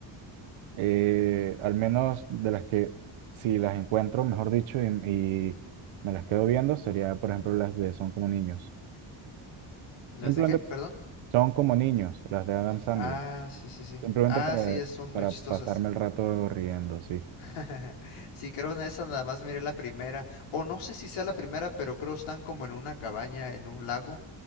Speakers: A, on the right; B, on the left.
A: eh, al menos de las que si las encuentro, mejor dicho, y, y me las quedo viendo, sería por ejemplo las de Son como niños.
B: ¿Las
A: Simplemente
B: de qué? Perdón.
A: son como niños, las de Adam Sandler.
B: Ah, sí, sí, sí.
A: Simplemente
B: Ah,
A: para,
B: sí, es- son
A: para
B: muy chistosas.
A: pasarme el rato riendo, sí.
B: <laughs> Sí, creo en esa nada más miré la primera. O no sé si sea la primera, pero creo están como en una cabaña, en un lago.